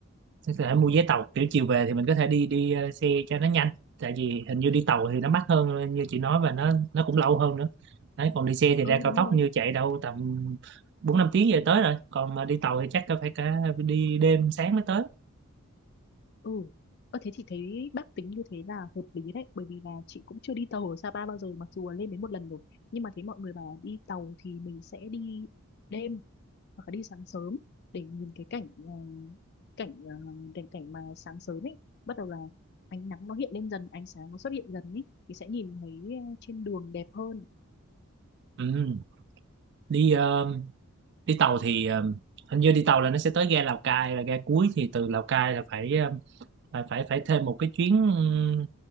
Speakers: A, on the right; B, on the left.
A: Thì có thể mua vé tàu kiểu chiều về thì mình có thể đi đi ờ, xe cho nó nhanh tại vì hình như đi tàu thì nó mắc hơn ờ, như chị nói và nó nó cũng lâu hơn nữa đấy còn đi xe thì
B: ừ
A: ra cao
B: đúng
A: tốc
B: rồi
A: như chạy đâu tầm bốn năm tiếng về tới rồi còn mà đi tàu thì chắc có phải cả đi đêm sáng mới tới
B: ừ Ơ thế thì thấy bác tính như thế là hợp lý đấy bởi vì là chị cũng chưa đi tàu ở Sapa bao giờ mặc dù là lên đến một lần rồi nhưng mà thấy mọi người bảo đi tàu thì mình sẽ đi đêm hoặc là đi sáng sớm để nhìn cái cảnh ờ, cảnh ờ, cảnh cảnh mà sáng sớm ấy bắt đầu là ánh nắng nó hiện lên dần ánh sáng nó xuất hiện dần ấy thì sẽ nhìn thấy ờ, trên đường đẹp hơn
A: ừ. đi ờ, đi tàu thì ờ, hình như đi tàu là nó sẽ tới ga Lào Cai là ga cuối thì từ Lào Cai là phải ờ, phải phải phải thêm một cái chuyến ừm,